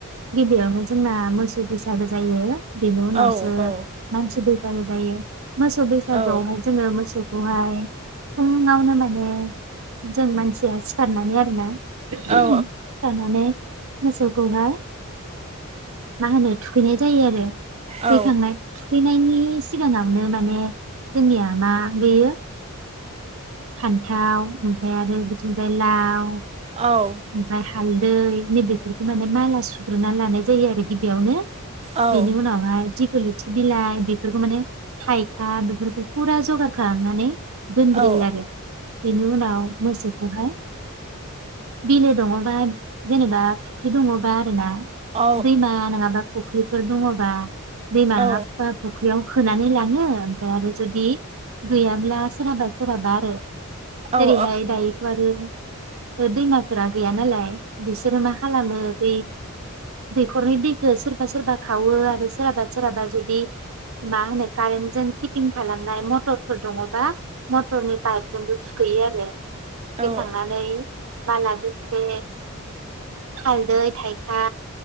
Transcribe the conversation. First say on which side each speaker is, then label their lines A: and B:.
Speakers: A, on the right; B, on the right.
A: गिबियावनो जोंना मोसौ बैसागो जायो। बेनि उनावसो
B: औ औ
A: मानसि बै औ जायो मोसौ बैसागोआवहाय
B: औ
A: जोङो मोसौखौहाय फुङावनो माने जों मानसिया सिखारनानै आरोना सिखारनानै
B: औ
A: मोसौखौहाय मा होनो थुखैनाय जायो आरो। थुखैखांनाय
B: औ
A: थुखैनायनि सिगाङावनो माने जोंनिया मा बेयो फान्थाव ओमफ्राय आरो बिथिंजाय लाव ओमफ्राय
B: औ
A: हालदै नैबेफोरखौ माने माला सुग्रोना लानाय जायो आरो गिबियावनो।
B: औ
A: बेनि उनावहाय गोलुथि बिलाइ बेफोरखौ माने थाइखा बेफोरखौ फुरा जगार खालामनानै दोनग्रोयो
B: औ
A: आरो बेनि उनावहाय उनाव मोसौखौहाय बिलो दङबा जेनेबा फुख्रि दङबा आरो ना
B: औ
A: दैैमा नङाबा फख्रिफोर दङबा दैमा
B: औ
A: नङाबा फख्रिआव होनानै लाङो ओमफ्राय आरो जुदि गैयाब्ला सोरहाबा सोरहाबा आरो। जेरैहाय
B: औ
A: दायोथ' आरो दैमाफोरा गैयानालाय। बिसोरो मा खालामो बै दैखरनि दैखौ सोरबा सोरबा खावो आरो सोरहाबा सोरहाबा जुदि मा होनो कारेन्टजों फिटिं खालामनाय मटरफोर दङबा। मटरनि पाइप जोंबो थुखोयो आरो। थुखै
B: औ
A: खांनानै माला बे हालदै थाइखा